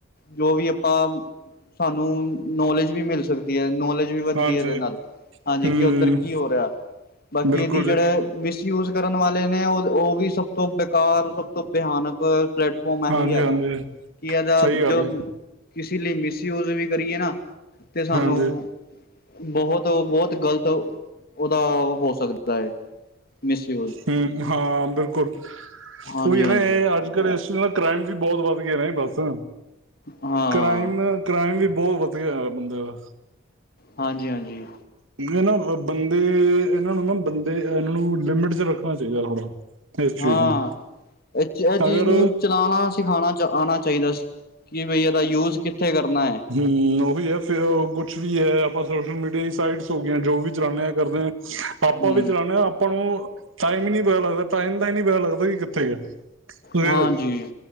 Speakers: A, on the left (about 50°); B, on the right (about 75°).
A: ਜੋ ਵੀ ਆਪਾਂ ਸਾਨੂੰ ਨੌਲੇਜ ਵੀ ਮਿਲ ਸਕਦੀ ਹੈ। ਨੌਲੇਜ ਵੀ ਵੱਧਦੀ
B: ਹਾਂਜੀ
A: ਹੈ, ਇਹਦੇ ਨਾਲ ਹਾਂਜੀ
B: ਹਮ
A: ਕਿ ਉੱਧਰ ਕੀ ਹੋ ਰਿਹਾ ਬਾਕੀ
B: ਬਿਲਕੁਲ
A: ਇਹਦੀ ਜਿਹੜੇ
B: ਜੀ
A: ਮਿਸਯੂਜ ਕਰਨ ਵਾਲੇ ਨੇ ਉਹ ਉਹ ਵੀ ਸਭ ਸਭ ਤੋਂ ਬੇਕਾਰ ਸਭ ਤੋਂ ਭਿਆਨਕ । ਪਰ, ਪਲੇਟਫਾਰਮ ਆਹੀ
B: ਹਾਂਜੀ
A: ਹੈਗਾ,
B: ਹਾਂਜੀ
A: ਕਿ ਇਹਦਾ
B: ਸਹੀ ਗੱਲ
A: ਜੋ
B: ਹੈ
A: ਕਿਸੇ ਲਈ ਮਿਸ <inaudible> ਵੀ ਕਰੀਏ ਨਾ। ਤੇ ਸਾਨੂੰ,
B: ਹਾਂਜੀ
A: ਬਹੁਤ ਉਹ ਬਹੁਤ ਗ਼ਲਤ ਉਹਦਾ ਹੋ ਸਕਦਾ ਹੈ। ਮਿਸਯੂਜ
B: ਹੂੰ, ਹਾਂ। ਹਾਂ ਬਿਲਕੁਲ
A: ਹਾਂਜੀ
B: ਉਹੀ ਹੈ
A: ਹਾਂਜੀ
B: ਨਾ ਇਹ ਅੱਜ ਕੱਲ੍ਹ ਕ੍ਰਾਈਮ ਵੀ ਬਹੁਤ ਵੱਧ ਗਏ ਨੇ ਬਸ
A: ਹਾਂ
B: ਕ੍ਰਾਈਮ ਕ੍ਰਾਈਮ ਵੀ ਬਹੁਤ ਵੱਧ ਗਿਆ । ਬੰਦੇ ਆ
A: ਹਾਂਜੀ ਹਾਂਜੀ,
B: ਇਹ ਨਾ ਬੰਦੇ ਇਹਨਾਂ ਨੂੰ ਨਾ ਬੰਦੇ ਇਹਨਾਂ ਨੂੰ ਲਿਮਿਟ ਚ ਰੱਖਣਾ ਚਾਹੀਦਾ ਥੋੜਾ ਇਸ
A: ਹਾਂ
B: ਚੀਜ਼ ਨੂੰ
A: ਇਸ ਚ ਇਹ ਚੀਜ਼
B: ਅਗਰ
A: ਨੂੰ ਚਲਾਣਾ ਸਿਖਾਣਾ ਆਣਾ। ਇਹ ਦੱਸ ਕਿ ਬਈ ਇਸਦਾ ਯੂਜ ਕਿੱਥੇ। ਕਰਨਾ ਹੈ
B: ਹੂੰ, ਉਹ ਹੀ ਹੈ ਫ਼ਿਰ ਉਹ ਕੁਛ ਵੀ ਹੈ। ਆਪਾਂ ਸੋਸ਼ਲ ਮੀਡੀਆ ਹੀ ਸਾਈਟਸ ਹੋ ਗਈਆਂ ਜੋ ਵੀ ਚਲਾਨੇ ਆ ਕਰਦੇ ਆ। ਆਪਾਂ
A: ਹਮ
B: ਵੀ ਚਲਾਨੇ ਹਾਂ ਆਪਾਂ ਨੂੰ ਟਾਈਮ ਨਹੀਂ ਪਤਾ ਲਗਦਾ ਟਾਈਮ, ਨੀ ਪਤਾ ਲੱਗਦਾ, ਕਿ ਕਿੱਥੇ ਆ ਤੁਸੀਂ
A: ਹਾਂਜੀ